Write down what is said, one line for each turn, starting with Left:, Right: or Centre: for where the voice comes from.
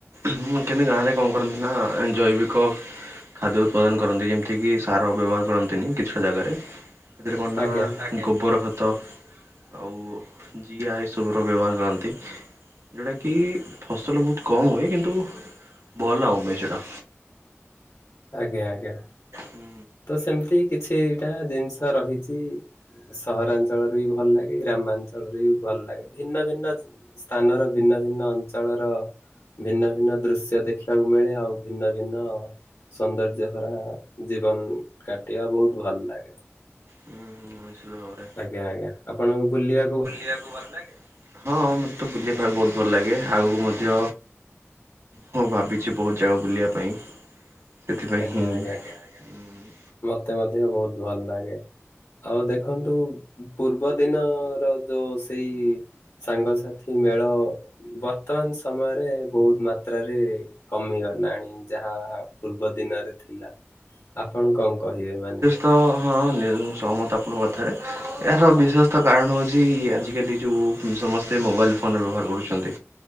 Right: ଉଁ କି ଗାଁ ରେ କଣ କର ଏନ୍ ଜୈବିକ ଖାଦ୍ୟ ଉତ୍ପାଦନ କରନ୍ତି ଯେମିତିକିି ସାର ବ୍ୟବହାର କରନ୍ତିନି କିଛିଟା ଜାଗାରେ ଏତି ରେ କନ୍ ନା
Left: ଆଜ୍ଞା
Right: ଗୋବର ଖ ତ ଆଉ ଜିଆ ଏସବୁର ବ୍ୟବହାର କରନ୍ତି। ଯୋଉଟା କି ଫସଲ ବହୁତ କମ ହୁଏ କିନ୍ତୁ ଭଲ ହଏ ସେଟା।
Left: ଆଜ୍ଞା ଆଜ୍ଞା।
Right: ହୁଁ
Left: ତ ସେମ୍ ତି କିଛି ଟା ଦିନଷ ରହିଛି ସହରାଞ୍ଚଳରେ ବି ଭଲ ଲାଗେ ଗ୍ରାମାଞ୍ଚଳରେ ବି ଭଲ ଲାଗେ ଭିନ୍ନ ଭିନ୍ନ ସ୍ଥାନର ଭିନ୍ନ-ଭିନ୍ନ ଅଞ୍ଚଳର ଭିନ୍ନ ଭିନ୍ନ ଦୃଶ୍ୟ ଦେଖିବାକୁ ମିଳେ ଆଉ ଭିନ୍ନ ଭିନ୍ନ ସୌନ୍ଦର୍ଯ୍ୟ ଭରା ଜୀବନ୍ କାଟିବା ବହୁତ୍ ଭଲ ଲାଗେ।
Right: ହୁଁ ହୁଁ ନିଶ୍ଚିତ ଭାବରେ।
Left: ଆଜ୍ଞା ଆଜ୍ଞା ଆପଣଙ୍କୁ ବୁଲିବା
Right: କୁ ଭଲ ଲାଗେ? ହଁ ମତେ ତ ବୁଲିବା କୁ ବହୁତ୍ ଭଲ ଲାଗେ ଆଉ ମଧ୍ୟ ମୁଁ ଭାବିଛି ବହୁ ଜାଗା ବୁଲିବା ପାଇଁ। ସେଥିପାଇଁ
Left: ଆଜ୍ଞା
Right: ହିଁ
Left: ଆଜ୍ଞା ମତେ ମଧ୍ୟ ବହୁତ୍ ଭଲ ଲାଗେ। ଆଉ ଦେଖନ୍ତୁ ପୂର୍ବ ଦିନର ଯୋଉ ସେଇ ସାଙ୍ଗସାଥି ମେଳ ବର୍ତ୍ତମାନ ସମୟରେ ବହୁତ୍ ମାତ୍ରାରେ କମିଗଲାଣି ଯାହା ପୂର୍ବ ଦିନରେ ଥିଲା। ଆପଣ କଣ କହିବେ ମାନେ
Right: ତ ହଁଲେ। ଣୁ ସହମତ ଆପଣଙ୍କ କଥାରେ ଏହାର ବିଶେଷତଃ କାରଣ ହେଉଛି ଆଜିକାଲି ଯୋଉ ସମସ୍ତେ ମୋବାଇଲ୍ ଫୋନ ବ୍ୟବହାର କରୁଛନ୍ତି।